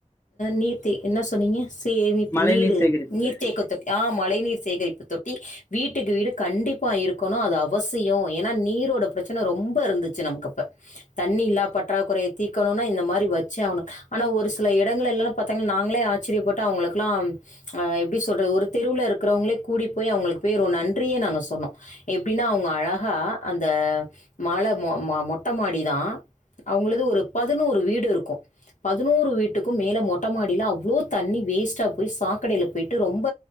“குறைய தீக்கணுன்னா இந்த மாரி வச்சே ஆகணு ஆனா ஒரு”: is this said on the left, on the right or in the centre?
Left